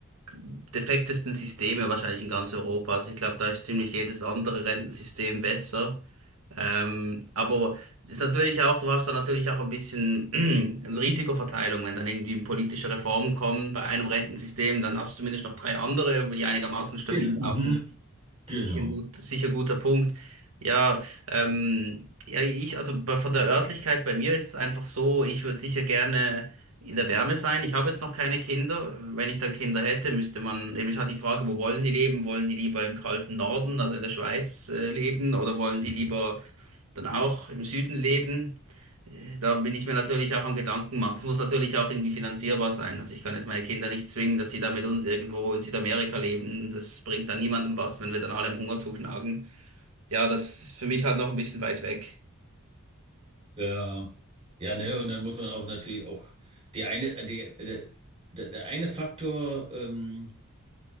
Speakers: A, on the right; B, on the right.
A: defektesten Systeme wahrscheinlich in ganz Europa. Also ich glaube, da ist ziemlich jedes andere Rentensystem besser. Ähm, aber es ist natürlich auch, du hast da natürlich auch ein bisschen <clears throat> eine Risikoverteilung, wenn dann irgendwie politische Reformen kommen bei einem Rentensystem, dann hast du zumindest noch drei andere, die einigermaßen stabil
B: Genau. Mhm.
A: laufen.
B: Genau.
A: Sicher ein gut, sicher guter Punkt. Ja, ähm, ja, ich, also bei- von der Örtlichkeit bei mir ist es einfach so, ich würde sicher gerne in der Wärme sein. Ich habe jetzt noch keine Kinder. Wenn ich dann Kinder hätte, müsste man, eben ist halt die Frage, wo wollen die leben? Wollen die lieber im kalten Norden, also in der Schweiz, äh, leben oder wollen die
B: Mhm.
A: lieber dann auch im Süden leben. Äh, Da bin ich mir natürlich auch am Gedanken machen. Es muss natürlich auch irgendwie finanzierbar sein. Also ich kann jetzt meine Kinder nicht zwingen, dass die da mit uns irgendwo in Südamerika leben. Das bringt dann niemandem was, wenn wir dann alle im Hungertuch nagen. Ja, das ist für mich halt noch ein bisschen weit weg.
B: Ja. Ja, ne, und dann muss man auch natürlich auch die eine, die, der, der der eine Faktor, ähm,